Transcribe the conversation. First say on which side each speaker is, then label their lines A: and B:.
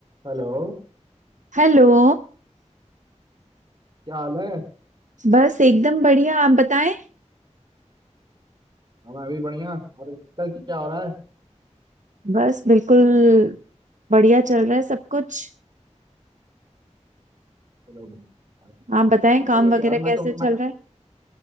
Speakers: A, on the right; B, on the right.
A: हेलो
B: Hello
A: क्या हाल है
B: बस एकदम बढ़िया आप बताएं
A: हाँ, मैं भी बढ़िया और कल क्या हो रहा है
B: बस बिल्कुल बढ़िया चल रहा है सब कुछ
A: चलो बढ़िया
B: आप बताएं काम
A: अरे
B: वगैरह
A: यार
B: कैसे
A: मैं तुम
B: चल
A: मैं
B: रहा है